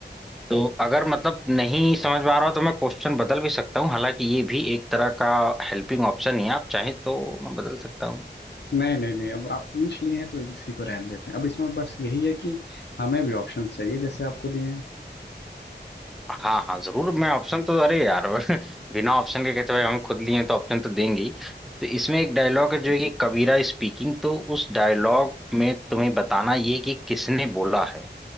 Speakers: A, in the centre; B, on the left.
A: तो अगर मतलब नहीं समझ में आ रहा हो तो मैं क्वेश्चन बदल भी सकता हूँ हालांकि ये भी एक तरह का हेल्पिंग ऑप्शन ही है आप चाहें तो मैं बदल सकता हूँ।
B: नहीं नहीं नहीं अब आप पूछ लिए हैं तो इसी को रहने देते हैं अब इसमें बस यही है कि हमें भी ऑप्शन चाहिए जैसे आपको दिए हैं
A: हाँ हाँ जरूर मैं ऑप्शन तो अरे यार <laughs> बिना ऑप्शन के कहते भाई हम खुद लिए हैं तो ऑप्शन तो देंगे ही तो इसमें एक डायलॉग है जो है कि कबीरा स्पीकिंग तो उस डायलॉग में तुम्हें बताना ये कि किसने बोला है